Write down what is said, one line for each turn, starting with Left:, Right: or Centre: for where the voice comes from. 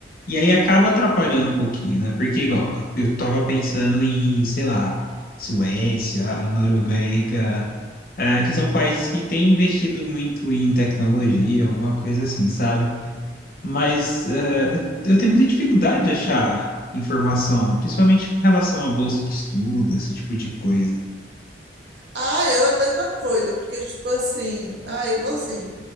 Left: E aí acaba atrapalhando um pouquinho, né? Porque igual, eu estava pensando em, sei lá, Suécia, a Noruega, eh, que são países que têm investido muito em tecnologia, alguma coisa assim, sabe? Mas eh, eu, eu tenho muita dificuldade de achar informação, principalmente com relação à bolsa de estudo, esse tipo de coisa.
Right: Ah, eu a mesma coisa, porque, tipo assim, ah, igualzinho.